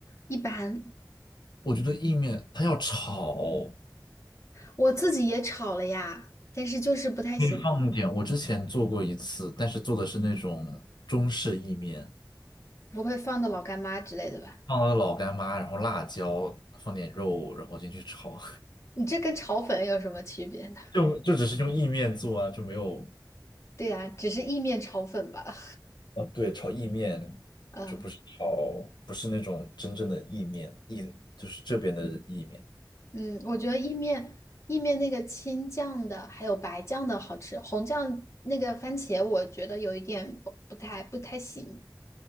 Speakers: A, on the left; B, on the left.
A: 一般。
B: 我觉得意面它要炒，
A: 我自己也炒了呀，但是就是不太行，
B: 可以放一点。我之前做过一次，但是做的是那种中式意面。
A: 不会放的老干妈之类的吧？
B: 放了老干妈，然后辣椒，放点肉，然后进去炒，
A: 你这跟炒粉有什么区别呢？
B: <laughs> 就就只是用意面做啊，就没有
A: 对呀，只是意面炒粉吧。
B: 啊，对，炒意面就不是炒，
A: 嗯
B: 不是那种真正的意面，意就是这边的意面
A: 嗯，我觉得意面意面那个青酱的还有白酱的好吃，红酱那个番茄我觉得有一点不不太不太行。